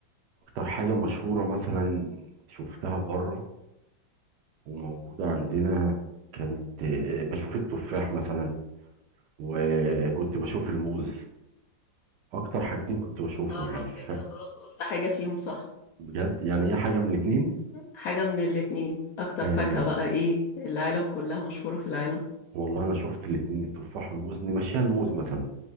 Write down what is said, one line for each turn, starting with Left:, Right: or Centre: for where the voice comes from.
Right: حاجه مشهوره مثلا شفتها بره وموجوده عندنا كانت آه، بشوف التفاح مثلا وكنت بشوف الموز اكتر حاجتين كنت بشوفهم
Left: قربت
Right: يعني ف-
Left: كده خلاص قلت حاجة فيهم صح
Right: بجد يعني هي حاجه من الاتنين
Left: حاجة من الاتنين اكتر
Right: آه
Left: فاكهة بقى ايه العالم كلها مشهورة في العالم
Right: والله انا شفت الاتنين التفاح والموز نمشيها الموز مثلا